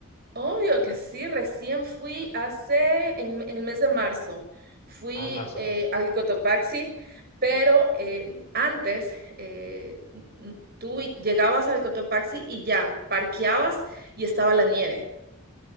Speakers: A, on the right; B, on the left.
A: Obvio que sí, recién fui hace, en, en el mes de marzo, fui
B: Ah, en marzo,
A: eh,
B: ok.
A: al Cotopaxi, pero eh, antes eh, n- tú llegabas al Cotopaxi y ya, parqueabas y estaba la nieve.